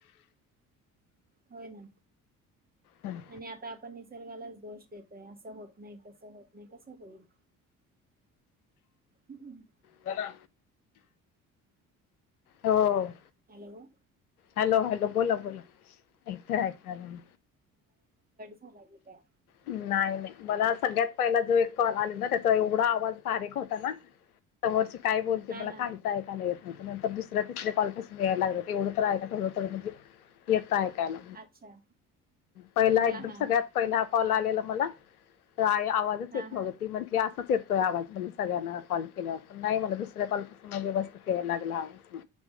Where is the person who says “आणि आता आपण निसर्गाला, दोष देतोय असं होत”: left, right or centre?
Right